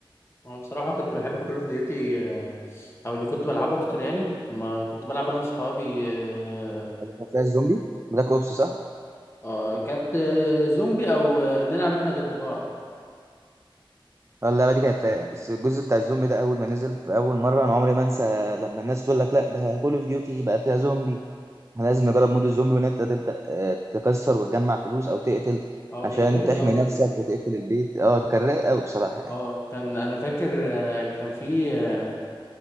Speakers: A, on the left; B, on the right.
A: انا بصراحه كنت بحب كول اوف ديوتي او اللي كنت بلعبه اكتر يعني ما كنت بلعب انا واصحابي آه،
B: كان فيها الزومبي بلاك اوبس صح
A: آه، كانت آه، زومبي او آه، نلعب احنا ضد بعض
B: اه اللعبه دي كانت رايقه بس الجزء بتاع الزومبي ده اول ما نزل في اول مره انا عمري ما انسى لما الناس تقول لك لا ده كول اوف ديوتي بقى فيها زومبي احنا لازم نجرب مود الزومبي وان انت تبدا آه، تكسر وتجمع فلوس او تقتل
A: اه
B: عشان
A: كان جامد
B: تحمي
A: قوي
B: نفسك وتقفل البيت اه كان رايق قوي بصراحه يعني
A: اه كان انا فاكر آه، كان في آه،